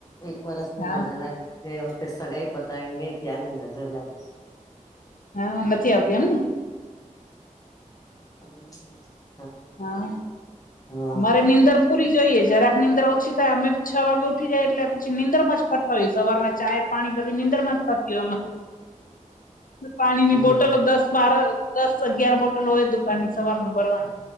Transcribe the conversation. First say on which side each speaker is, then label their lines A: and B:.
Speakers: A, on the left; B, on the left.
A: એક વરસ ની
B: હા
A: નજર લાગી. જે વખતે સગાઈ પતાવીને ગઈ ત્યાંની નજર લાગે.
B: હા નથી આવતી એમને?
A: <unintelligible>
B: હા,
A: હમ
B: અમારે નીંદર પૂરીઈએ જરાક નીંદર ઓછી થાય અમે છ વાગે ઉઠીયએ એટલે પછી નીંદરમાં જ ફર સવારના ચાય પાણી બધી નીંદ્રમાં જ થતી હોય.
A: <inaudible>
B: પાણીની
A: હમ
B: બોટલો દસ બાર દસ અગિયાર બોટલો હોય દુકાન ની સવાર ન ભરવાનું.